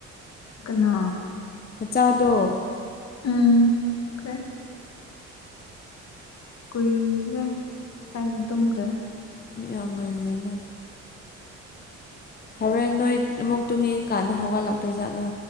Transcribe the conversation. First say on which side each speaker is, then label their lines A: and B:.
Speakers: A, on the left (about 60°); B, on the left (about 30°).
A: ꯀꯅꯥ
B: ꯃꯆꯥꯗꯣ
A: ꯎꯝ ꯑꯣꯦ ꯀꯨꯏꯔꯦ ꯁꯥꯏꯅ ꯇꯨꯝꯈ꯭ꯔꯦ
B: ꯃꯤ ꯌꯥꯝ ꯉꯜꯂꯦꯅ ꯍꯣꯔꯦꯟ ꯅꯣꯏ ꯑꯃꯨ ꯇꯨꯅꯤꯡꯡꯀꯥꯟꯗ ꯍꯧꯒꯠꯂꯛꯇꯣꯏꯖꯥꯠꯂꯣ